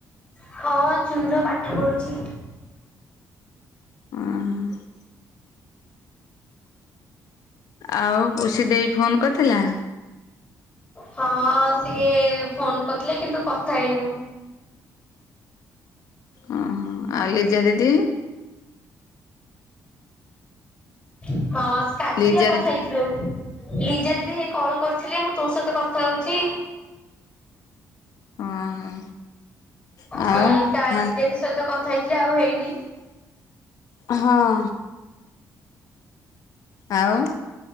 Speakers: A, on the left; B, on the left.
A: ହଁ ଚୁନ ପାଠ ପଢୁଚି।
B: <unintelligible> ଆଉ ପୁଷି ଦେଇ ଫୋନ୍ କରିଥିଲା?
A: ହଁ ସିଏ ଫୋନ୍ କରିଥିଲା କିନ୍ତୁ କଥା ହେଇନୁ।
B: ଉଁ ହୁଁ, ଆଉ ଲିଜା ଦିଦି?
A: ହଁ କାଲି
B: ଲିଜା
A: ଯାହା କଥା
B: ଦିଦି
A: ହେଇ ଯୋଉ, ଲିଜା ଦିଦି ହେଇ କଲ୍ କରିଥିଲେ ମୁଁ ତୋ ସହିତ କଥା ହଉଛି।
B: ଓହୋ। ଆଉ
A: ହୁଁ କା
B: ହା
A: ଲିଜା ଦେଇ ସହିତ କଥା ହେଇ ଆଜି ଆଉ ହେଇନି।
B: ହଁ। ଆଉ